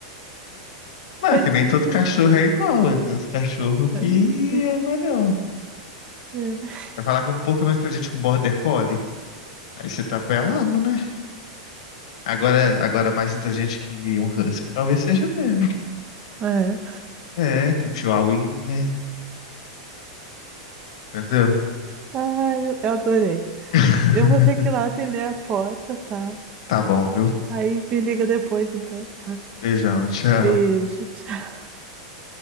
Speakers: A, on the left; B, on the right.
A: Mas
B: tadinha.
A: que nem todo cachorro é igual. Eu tenho uns cachorros que
B: É, sim,
A: é melhor.
B: é.
A: Vai falar que um pouco é mais inteligente com um border collie. Aí você tá apelando, né? Agora, agora mais inteligente que um husky, talvez seja mesmo.
B: É.
A: É, que um chihuahuinha, entendeu?
B: Ai, eu eu adorei.
A: <laughs>
B: Eu vou ter que ir lá atender a porta, tá?
A: Tá bom, viu?
B: Aí me liga depois, então, tá?
A: Beijão, tchau.
B: Beijo, tchau.